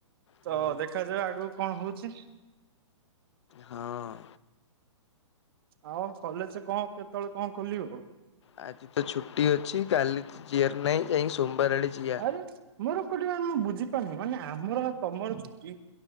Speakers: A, on the left (about 60°); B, on the right (about 50°).
A: ହୁଁ
B: ତ ଦେଖାଯିଉ ଆଗକୁ କଣ ହଉଛି।
A: ହଁ।
B: ଆଉ କଲେଜ କଣ କେତେବେଳେ କଣ ଖୋଲିବ?
A: ଆଜି ତ ଛୁଟି ଅଛି କାଲି ଯିବାର ନାହିଁ ଯାଇି ସୋମବାର ଆଡେ ଯିବା।
B: ଆରେ ମୋର ଗୋଟେ ମୁଁ ବୁଝିପାରୁନି ମାନେ ଆମର ତମର ଛୁଟି